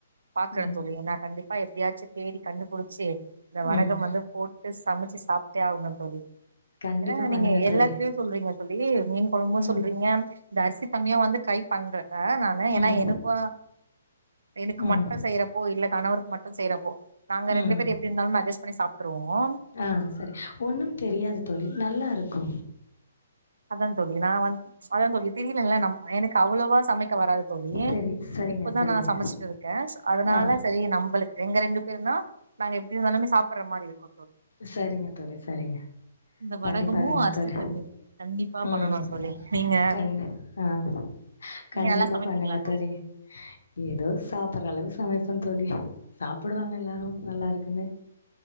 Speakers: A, on the right (about 85°); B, on the left (about 75°).
A: பாக்கற
B: ம்
A: தோழி நா கண்டிப்பா எப்படியாச்சு தேடி கண்டுபுடிச்சு இந்த வடகம்
B: ம்
A: வந்து போட்டு சமைச்சு சாப்ட்டே ஆகணு தோழி
B: கண்டிப்பா
A: என்னங்க
B: பண்ணுங்க
A: நீங்க எல்லாதுலயு
B: தோழி
A: சொல்றீங்க தோழி மீன் கொழம்பு
B: ம்
A: சொல்றீங்க இந்த அரிசி கம்யா வந்து கை பண்ற அ நானு ஏன்னா
B: ம்
A: எனுக்கு எனக்கு
B: ம்
A: மட்டு செய்றப்போ இல்ல கணவருக்கு மட்டு செய்றப்போ நாங்க ரெண்டு
B: ம்
A: பேர் எப்டி இருந்தாலும் அட்ஜஸ்ட் பண்ணி சாப்ட்ருவோ
B: ஆ செரி ஒன்னும் தெரியாது தோழி நல்லா இருக்கு
A: அதா தோழி நா வந்து அதா தோழி தெரிலல்ல நம் எனக்கு அவ்ளவா சமைக்க வராது தோழி
B: தெரி சரிங்க
A: இப்பதா
B: சரிங்க
A: நா சமைச்சிட்டு இருக்க அதனால
B: ஆ
A: சரி நம்பளு எங்க ரெண்டு பேரு தா நாங்க எப்டி வேனாலுமே சாப்படுற மாரி இருக்கு
B: செரிங்க தோழி செரிங்க
A: இந்த வடகமு
B: பண்ணி பாருங்க
A: அரிசி
B: தோழ
A: தண்ணியு கண்டிப்பா
B: ம்
A: பண்ணனு தோழி நீங்க
B: கண்ணு அ
A: நீங்க
B: கண்டிப்பா
A: நல்லா சமைப்பீங்களா
B: பண்ணுங்க தோழி ஏதோ சாப்பற அளவு சமைப்ப தோழி சாப்படுவாங்க எல்லாரு நல்லா இருக்குன்னு